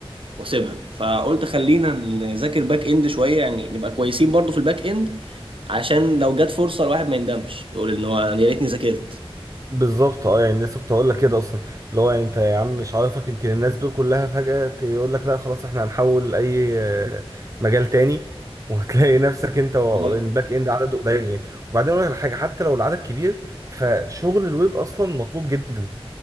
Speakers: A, on the right (about 60°); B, on the right (about 30°).
A: واسيبها فقلت خلينا نذاكر باك اند شويه يعني نبقى كويسين برضو في الباك اند عشان لو جت فرصه الواحد ما يندمش يقول ان هو يا ريتني ذاكرت
B: بالظبط اه يعني لسه كنت هقول لك كده اصلا اللي هو يعني انت يا عم مش عارفك يمكن الناس دول كلها فجأة يقول لك لا خلاص احنا هنحول اي آه، مجال تاني وتلاقي <laughs> نفسك انت والباك
A: تمام
B: اند عدد قليل يعني وبعدين اقول لك الحاجه حتى لو العدد كبير فشغل الويب اصلا مطلوب جدا